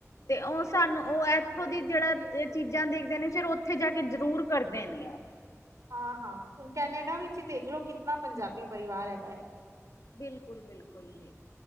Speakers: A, on the left (about 75°); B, on the right (about 80°).
A: ਤੇ ੳਹ ਸਾਨੂੰ ੳ ਐ ਖੁਦ ਈ ਜੇੜਾ ਚੀਜਾਂ ਦੇਖਦੇ ਨੇ ਫੇਰ ੳਥੇ ਜਾ ਕੇ ਜਰੂਰ ਕਰਦੇ ਨੇ ੳ।
B: ਹਾਂ-ਹਾਂ, ਹੁਨ ਕੈਨੇਡਾ ਵਿੱਚ ਈ ਦੇਖ ਲਓ ਕਿਤਨਾ ਪੰਜਾਬੀ ਪਰਿਵਾਰ ਹੈਗਾ ਏ।
A: ਬਿਲਕੁਲ-ਬਿਲਕੁਲ ਜੀ।